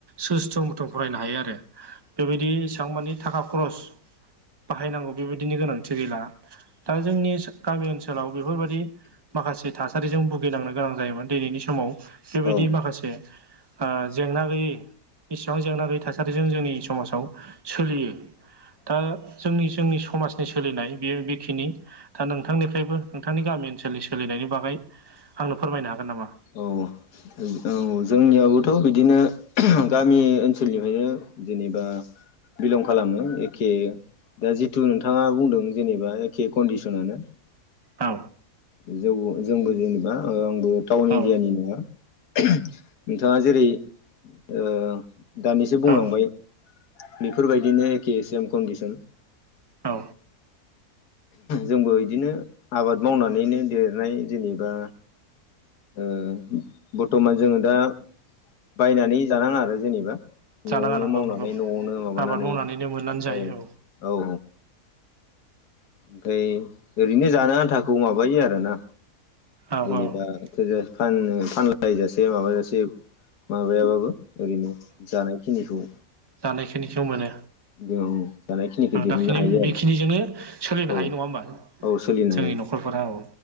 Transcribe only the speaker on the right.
सुस्थ'मु थुं फरायनो हायो आरो बेबायदि एसेबां मानानि थाखा खरस बाहायनांगौ बेबायदिनो गोनांथि गैला दा जोंनि गामि ओनसोलाव बेफोरबायदि माखासे थासारिजों भुगिनांनो गोनां जायोमोन दिनैनि समाव बेबायदि
माखासे ओ जेंना गैयै जेंना गैयै थासारिजों जोंनि समाजाव सोलियो। दा जोंनि जोंनि समाजनि सोलिनाय बेयो बेखिनि दा नोंथांनिफ्रायबो नोंथांनि गामि ओनसोलनि सोलिनायनि बागै आंनो फोरमायनो हागोन नामा?
औ।
औ
औ
औ।
जानाङा नंगौ
नंगौ
आबाद मावनानैनो मोननानै जायो
औ
औ
दानायखिनिखौ मोनो
आं
दाखिनि
बेखिनिजोंनो सोलिनो
हायो नङा होमबा
जोंनि
न'खरफोरा औ